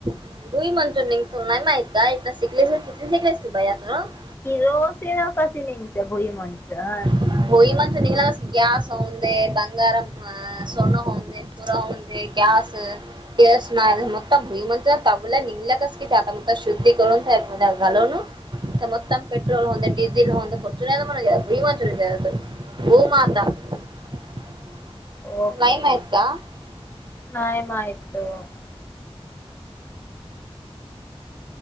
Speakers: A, on the right; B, on the left.
A: <inaudible>
B: <inaudible>
A: <inaudible> <inaudible> <inaudible> <inaudible> <inaudible>
B: ओके <inaudible>